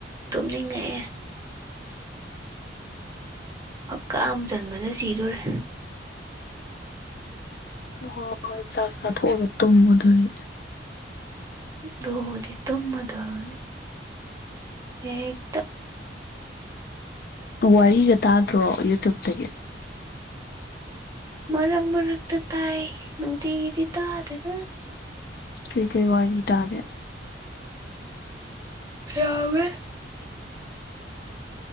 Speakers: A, on the right (about 20°); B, on the left (about 55°).
A: ꯇꯨꯝꯅꯤꯡꯉꯛꯑꯦ ꯑꯀꯥꯝ ꯆꯟꯕꯗ ꯁꯤꯗꯣꯔꯦ
B: ꯍꯣꯏ ꯍꯣꯏ ꯆꯥꯛ ꯆꯥ ꯊꯣꯛꯣꯛꯑꯒ ꯇꯨꯝꯕ ꯑꯗꯨꯗꯤ
A: ꯑꯗꯨꯕꯨꯗꯤ ꯇꯨꯝꯃꯗꯕꯅꯤ ꯍꯦꯛꯇ
B: ꯋꯥꯔꯤꯒ ꯇꯥꯗ꯭ꯔꯣ ꯌꯨꯇ꯭ꯌꯨꯞꯇꯒꯤ
A: ꯃꯔꯛ ꯃꯔꯛꯇ ꯇꯥꯏ ꯅꯨꯡꯇꯤꯒꯤꯗꯤ ꯇꯥꯗꯦꯗ
B: ꯀꯩ ꯀꯩ ꯋꯥ ꯔꯤ ꯇꯒꯦ
A: ꯌꯥꯝꯃꯦ